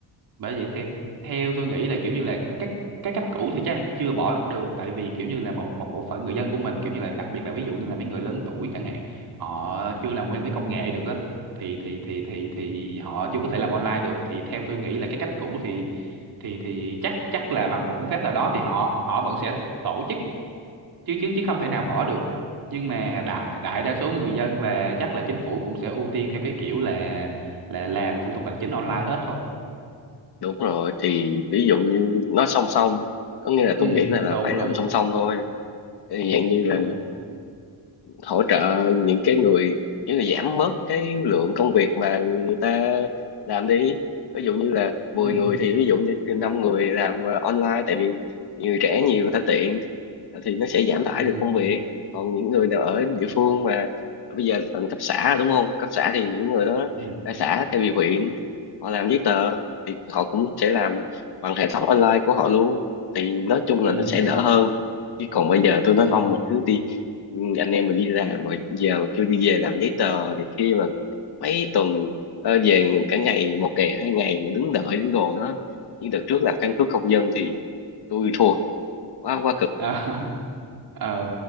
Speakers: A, on the right (about 55°); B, on the left (about 60°).
A: bởi vậy theo theo tôi nghĩ là kiểu như là các cái cách cũ thì chắc chưa bỏ được tại vì kiểu như là một một bộ phận người dân của mình kiểu như là đặc biệt là ví dụ như là mấy người lớn tuổi chẳng hạn họ chưa làm quen với công nghệ được á thì thì thì thì thì họ chưa có thể làm online được thì theo tôi nghĩ là cái cách cũ thì thì thì chắc chắc là bằng một phương pháp nào đó thì họ họ vẫn sẽ tổ chức chứ chứ chứ không thể nào bỏ được nhưng mà đại đại đa số người dân và chắc là chính phủ cũng sẽ ưu tiên theo cái kiểu là là làm thủ tục hành chính online hết thôi
B: đúng rồi thì ví dụ như nó song song có nghĩa là
A: ừ
B: tôi nghĩ là, là
A: đúng
B: phải làm
A: đúng
B: song song thôi Thì dạng như là
A: đúng
B: hỗ trợ những cái người những người giảm bớt cái lượng công việc mà người ta làm đi ví dụ như là mười
A: ừ
B: người thì ví dụ như 5 người làm ờ, online tại vì người trẻ nhiều người ta tiện ờ, thì nó sẽ giảm tải
A: ừ
B: được công việc còn những người nào ở địa
A: ừ
B: phương mà ờ, bây giờ thành cấp xã rồi đúng không cấp xã thì những người đó
A: ừ
B: ra xã thay vì huyện họ làm giấy tờ thì họ cũng sẽ làm bằng hệ thống online của họ luôn thì nói chung
A: ừ
B: là nó sẽ đỡ hơn chứ còn bây giờ tôi nói
A: ừ
B: ông mà cứ đi Ừ, anh em mà đi làm mà giờ mà kêu đi về làm giấy tờ thì khi mà mấy tuần ờ, về cả ngày một ngày hai ngày mà đứng đợi đứng đồ đó như đợt trước làm căn cước công dân thì tôi thua quá quá cực
A: à, <laughs> ờ